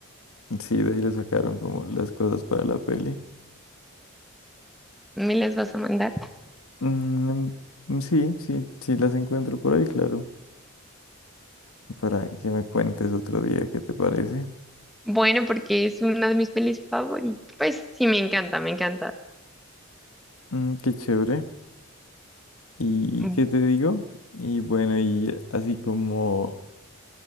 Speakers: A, on the left; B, in the centre.
A: Sí, de ahí le sacaron como las cosas para la peli.
B: ¿Me las vas a mandar?
A: Mm, mm, sí, sí, sí las encuentro por ahí, claro. Para que me cuentes otro día qué te parece.
B: Bueno, porque es una de mis pelis favoritas. Pues sí, me encanta, me encanta.
A: Mm, qué chévere. ¿Y
B: Mm,
A: qué te digo? Y bueno, y así como,